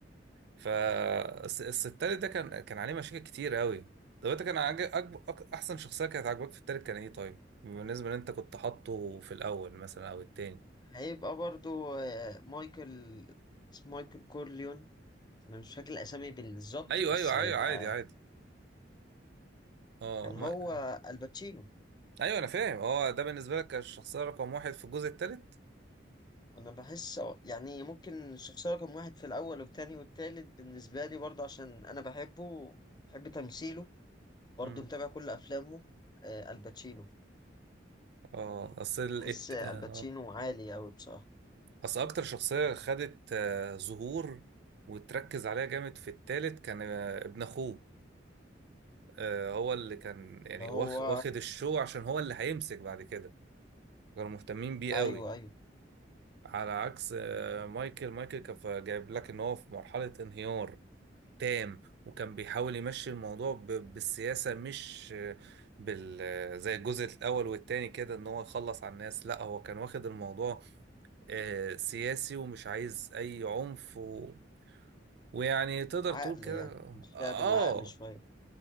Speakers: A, on the right (about 60°); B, on the left (about 25°).
A: فالتالت ده كان كان عليه مشاكل كتير قوي طب انت كان عاجب أكب... أك- احسن شخصيه كانت عاجباك في التالت كان ايه طيب بالنسبه ان انت كنت حاطه في الاول مثلا او التاني
B: هيبقى برضو آه، مايكل اسمه مايكل كورليون انا مش فاكر الاسامي بالظبط
A: ايوه
B: بس
A: ايوه
B: هيبقى
A: ايوه عادي عادي اه
B: كان
A: ما...
B: هو الباتشينو
A: ايوه انا فاهم اه ده بالنسبه لك كان الشخصيه رقم واحد في الجزء التالت
B: انا بحس أو- يعني ممكن الشخصيه رقم واحد في الاول والتاني والتالت بالنسبه لي برضو عشان انا بحبه بحب تمثيله برضه
A: امم
B: متابع كل افلامه آه، الباتشينو
A: اه اصل ال...
B: بحس
A: الت-
B: الباتشينو
A: اه
B: عالي أوي بصراحة
A: اصل اكتر شخصيه خدت آه، ظهور وتركز عليها جامد في التالت كان آه، ابن اخوه آه، هو اللي كان يعني
B: اللي هو
A: واخ- واخد الشو عشان هو اللي هيمسك بعد كده كانوا مهتمين بيه
B: ايوه
A: قوي
B: ايوه
A: على عكس آه، مايكل مايكل كان ف- جايب لك ان هو في مرحلة انهيار تام وكان بيحاول يمشي الموضوع ب- بالسياسة مش آه، بال آه، زي الجزء الاول والتاني كده ان هو يخلص على الناس لا هو كان واخد الموضوع آه، سياسي ومش عايز اي عنف و... ويعني تقدر
B: عقل
A: تقول كده
B: يعني مشيها
A: اه آه،
B: بالعقل شوية